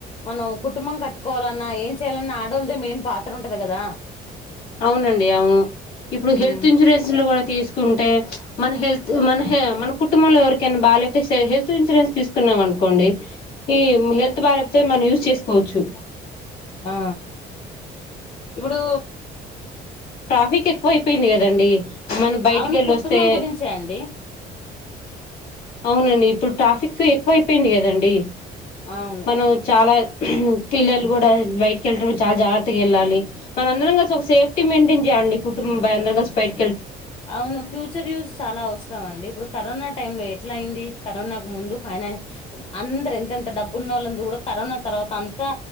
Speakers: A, on the left; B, on the left.
A: మనం కుటుంబం కట్టుకోవాలన్నా ఏం చేయాలన్నా ఆడోళ్దే మేన్ పా తర్ ఉంటది కదా
B: అవునండి అవును ఇప్పుడు హెల్త్
A: ఉమ్
B: ఇన్సూరెన్స్ లో కూడా తీసుకు ంటే మన హెల్త్ మన హే మ కు కుటుంబంలో ఎవరికైనా బాలేకతే సరే హెల్త్ ఇన్సరెన్స్ తీసుకున్నామను కోండి ఈ హెల్త్ బాగాలేకపోతే మనం యూస్ చేసుకోవచ్చు
A: ఆ ఇప్పుడు
B: ట్రాఫిక్ ఎక్కువ అయిపోయింది కదా కదండి మనం బయటికి
A: అవును
B: వెళ్ళి
A: కుటుంబం
B: వస్తే
A: గురించే అండి
B: అవునండి ఇప్పుడు ట్రాఫిక్ ఎక్కువ అయిపోయింది కదండి
A: అవును
B: మనం చాలా పిల్లలు కూడా బయటకి వెళ్ళడం చాలా జాగ్రత్తగా వెళ్ళాలి మన అందరం కలిసి ఒక సేఫ్టీ మెయింటైన్ చేయ్యాలడి కుటుంబం అందరం కలిసి బయట
A: అవును ఫ్యూచర్ యూస్ చాలా అవసరం అండి ఇప్పుడు కరోనా టైమ్ లో ఎట్లా అయింది కరోనాకు ముందు ఫైనాన్ అందరు ఎంతెంత డబ్బు ఉన్నళ్ళందు కూడా కరోనా తర్వాత అంత